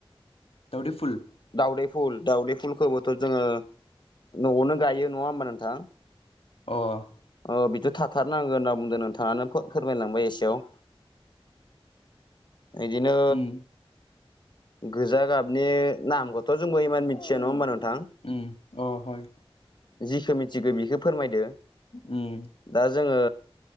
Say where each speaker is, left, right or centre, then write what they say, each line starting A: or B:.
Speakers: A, on the left (about 75°); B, on the left (about 50°).
A: दावदैफुल।
B: दावदै फुल, दाउदै फुलखौबोथ' जोङो न'आवनो गायो नङा होमबा नोंथां?
A: अह।
B: अ बिथ' थाथारनांगोन होनना बुंदों नोंथाङानो फोरमायलांबाय एसेयाव। बिदिनो
A: उम
B: गोजा गाबनि नामखौथ' जोंबो इमान मिथिया नङा होमबा नोंथां?
A: उम अ हर।
B: जिखौ मिथिगौ बेखो फोरमायदो।
A: उम।
B: दा जोङो